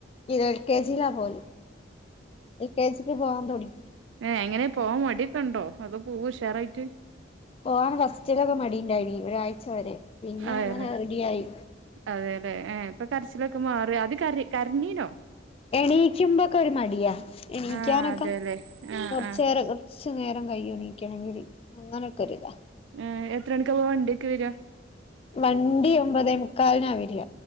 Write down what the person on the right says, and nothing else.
ഏഹ് എങ്ങനെ പോവാൻ മടിയൊ‌ക്കെ ഉണ്ടോ അതോ പോകുവോ ഉഷാറായിട്ട്
അതെല്ലെ
അതെല്ലെ ഏഹ് ഇപ്പം കരച്ചിലൊക്കെ മാറിയോ അത് കര കരഞ്ഞീനോ
ആ അതെല്ലേ ആ
ആ
ഏഹ് എത്ര മണിക്കാ പോവാ വണ്ടിയൊക്കെ വരിക